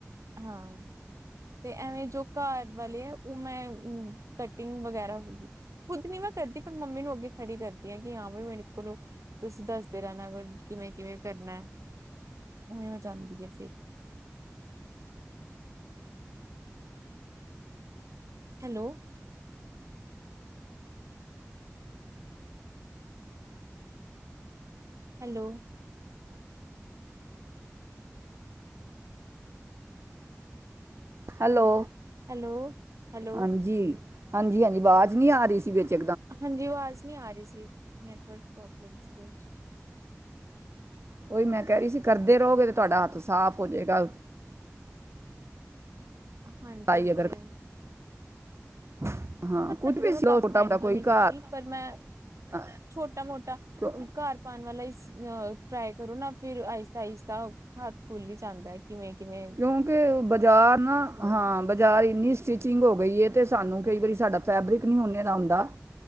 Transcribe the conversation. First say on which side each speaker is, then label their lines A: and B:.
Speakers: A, on the right (about 75°); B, on the right (about 55°).
A: ਹਾਂ। ਤੇ ਐਵੇਂ ਜੋ ਘਰ ਵਾਲੇ ਆ, ਓ ''ਮੈਂ ਕਟਿੰਗ ਵਗੈਰਾ ਖੁਦ ਨੀ ਮੈਂ ਕਰਦੀ, ਪਰ ਮੰਮੀ ਨੂੰ ਅੱਗੇ ਖੜੀ ਕਰਦੀ ਆਂ, ਕੀ ਹਾਂ ਵੀ ਮੇਰੇ ਕੋਲੋ, ਤੁਸੀਂ ਦੱਸਦੇ ਰਹਿਣਾ, ਅਗ ਕਿਵੇਂ-ਕਿਵੇਂ ਕਰਨੈ। ਓਵੇਂ ਹੋ ਜਾਂਦੀ ਏ, ਫੇਰ। Hello. Hello.
B: Hello.
A: Hello hello
B: ਹਾਂਜੀ, ਹਾਂਜੀ-ਹਾਂਜੀ ਅਵਾਜ਼ ਨੀ ਆਰੀ ਸੀ ਵਿਚ।
A: ਹਾਂਜੀ ਅਵਾਜ ਨੀ ਆਰੀ ਸੀ, ਨੈਟਵਰਕ ਪ੍ਰੋਬਲਮ ਸੀ <unintelligible>
B: ਓਈ ਮੈਂ ਕਹਿਰੀ ਸੀ, ਕਰਦੇ ਰਓਗੇ ਤੇ ਤੁਹਾਡਾ ਹੱਥ ਸਾਫ਼ ਹੋਜੇਗਾ
A: ਹਾਂਜੀ,
B: ਸਿਲਾਈ
A: ਓ
B: ਅਗਰ
A: ਤੇ ਹੈ।
B: <inaudible>
A: ਪਰ ਹਜੇ
B: ਵੀ
A: ਤਾਂ ਮੈਂ
B: ਸਿਲੋ
A: ਕਾਫ਼ੀ
B: ਛੋਟਾ
A: ਟਾਈਮ
B: ਮੋਟਾ
A: ਤੋਂ
B: ਕੋਈ
A: ਨੀ
B: ਘਰ
A: ਕੀਤੀ, ਪਰ ਮੈਂ
B: ਅ,
A: ਛੋਟਾ-ਮ੍ਹੋਟਾ
B: ਕਿਉਂ
A: ਘਰ ਪਾਣ ਵਾਲਾ ਅ ਟਰਾਈ ਕਰੋ ਨਾ ਫਿਰ, ਆਇਸਤਾ-ਆਇਸਤਾ ਹੱਥ ਖੁੱਲ੍ਹ ਹੀ ਜਾਂਦਾ ਏ। ਕਿਵੇਂ-ਕਿਵੇਂ
B: ਕਿਉਂਕਿ, ਬਾਜ਼ਾਰ ਨਾ, ਹਾਂ
A: ਬਣਾਉਣਾ
B: ਬਾਜ਼ਾਰ ਇੰਨੀ ਸੀ ਚਿੰਗ ਹੋ ਗਈ ਏ, ਤੇ ਸਾਨੂੰ ਕਈ ਵਾਰੀ ਸਾਡਾ ਫੈਬਰਿਕ ਨੀ ਓਨੇ ਦਾ ਹੁੰਦਾ,